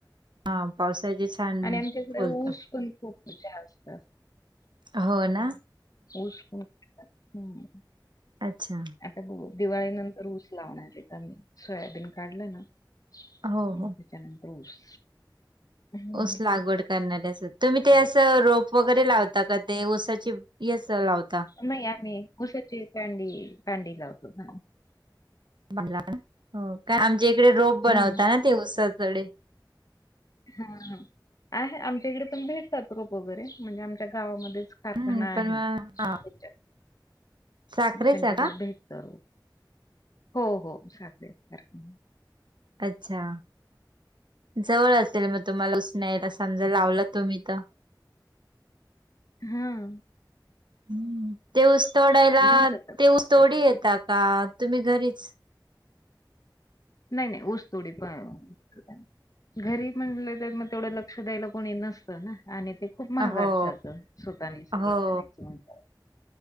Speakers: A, on the right (about 75°); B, on the left (about 50°).
A: हा पावसाचे छान
B: आणि आमच्याकडे
A: फुलत
B: ऊस पण खूप जास्त
A: हो ना.
B: ऊस पण <unintelligible> हम.
A: अच्छा.
B: आता बघू दिवाळी नंतर ऊस लावणार येत आम्ही, सोयाबीन काढलं ना मग
A: हो हो.
B: त्याच्यानंतर ऊस हं.
A: ऊस लागवड करणार्या <unintelligible> अस, तुम्ही ते असं रोप वगैरे लावता का ते ऊसाची येस <unintelligible> लावता?
B: नाही आम्ही ऊसाची कांडी कांडी लावतो हा.
A: <unintelligible> हो काय आमच्या इकडे रोप बनवता
B: हं.
A: ना ते उसाकडे
B: हा आहे, आमच्या इकडे पण भेटतात रोप वगैरे म्हणजे आमच्या गावामध्येच कारखाना
A: हम्म पण
B: आहे,
A: मग
B: तर
A: हा
B: त्यांच्यात
A: साखरेचा
B: त्यांच्याकडे
A: का
B: भेटत रोप, हो हो चालेल <unintelligible>
A: अच्छा जवळ असेल, मग तुम्हाला ऊस न्यायला समजा लावला तुम्ही तर
B: हम
A: हं, ते ऊस तोडायला
B: घेऊन जातात.
A: ते ऊस तोडी येता का, तुम्ही घरीच?
B: नाही -नाही उसतोडी येतात. घरी म्हणले तर म तेवढं लक्ष द्यायला कोणी नसतं ना, आणि ते खूप महागात
A: हो
B: जात स्वतःनी सगळं
A: हो
B: करायचं म्हटल्यावर.